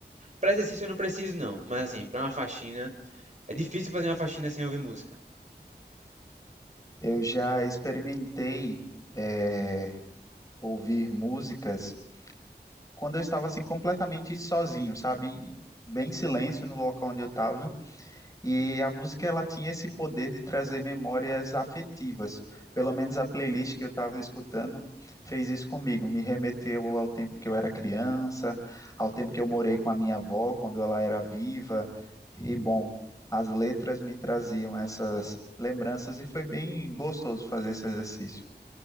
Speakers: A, on the right; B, on the left.
A: para exercício eu não preciso não. Mas assim, para uma faxina, é difícil fazer uma faxina sem ouvir música.
B: Eu já experimentei eh, ouvir músicas quando eu estava assim completamente sozinho, sabe? Bem em silêncio no local onde eu estava. E a música ela tinha esse poder de trazer memórias afetivas. Pelo menos a playlist que eu estava escutando fez isso comigo, me remeteu ao tempo que eu era criança, ao tempo que eu morei com a minha avó quando ela era viva. E bom, as letras me traziam essas lembranças e foi bem gostoso fazer esse exercício.